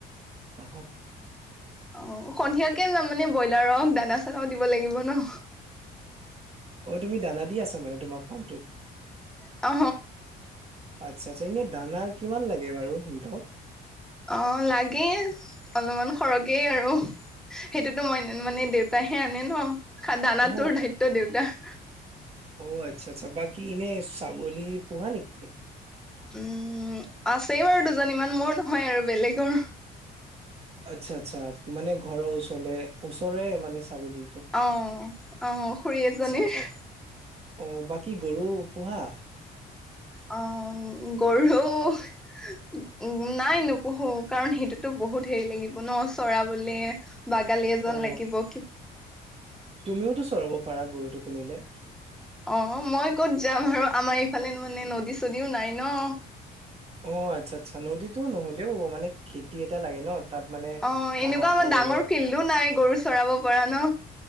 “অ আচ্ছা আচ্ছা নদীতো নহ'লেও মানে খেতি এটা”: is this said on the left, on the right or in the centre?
Right